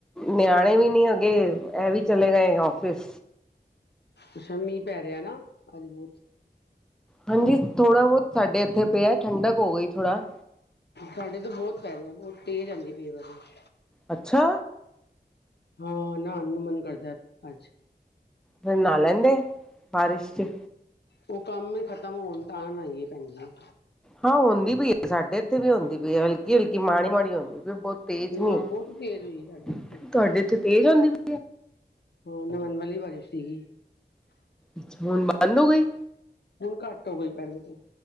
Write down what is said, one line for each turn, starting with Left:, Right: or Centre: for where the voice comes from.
Centre: ਨਿਆਣੇ ਵੀ ਨੀ ਹਗੇ ਇਹ ਵੀ ਚਲੇ ਗਏ ਔਫਿਸ।
Left: ਅੱਛਾ ਮੀਂਹ ਪੈ ਰਿਹਾ ਨਾ ਅੱਜ ਬੋਤ।
Centre: ਹਾਂਜੀ ਥੋੜ੍ਹਾ ਬੋਤ ਸਾਡੇ ਇੱਥੇ ਪਿਆ ਠੰਡਕ ਹੋ ਗਈ ਥੋੜਾ।
Left: ਸਾਡੇ ਤੇ ਬੋਤ ਪੈ ਰਿਆ ਬਹੁਤ ਤੇਜ਼ ਆਂਦੀ ਪਈ ਏ ਬਾਰਿਸ਼।
Centre: ਅੱਛਾ।
Left: ਹਾਂ ਨਾਂਹਣ ਨੂੰ ਮਨ ਕਰਦਾ ਅੱਜ।
Centre: ਫੇਰ ਨਾਹ ਲੈਂਦੇ ਬਾਰਿਸ਼ ਚ।
Left: ਉਹ ਕੰਮ ਹੀ ਖਤਮ ਹੋਣ ਤਾਂ ਨਾਹਿਏ ਭੈਨ ਜੀ।
Centre: ਹਾਂ ਹੋਂਦੀ ਪਈ ਏ ਸਾਡੇ ਇੱਥੇ ਵੀ ਹੋਂਦੀ ਪਈ ਏ ਹਲਕੀ ਹਲਕੀ ਮਾੜੀ ਮਾੜੀ ਹੋਂਦ ਬਹੁਤ ਤੇਜ਼ ਨੀ
Left: ਨਾ
Centre: ਹੈਗੀ
Left: ਬਹੁਤ ਤੇਜ਼ ਹੋਈ ਸਾਡੇ ਇੱਥੇ
Centre: ਤੁਹਾਡੇ ਇੱਥੇ ਤੇਜ਼ ਆਂਦੀ ਪਈ।
Left: ਹਾਂ ਨਹਾਣ ਵਾਲੀ ਬਾਰਿਸ਼ ਸੀਗੀ।
Centre: ਅੱਛਾ ਹੁਣ ਬੰਦ ਹੋ ਗਈ
Left: ਹੁਣ ਘੱਟ ਹੋ ਗਈ ਪਹਿਲੇ ਤੋਂ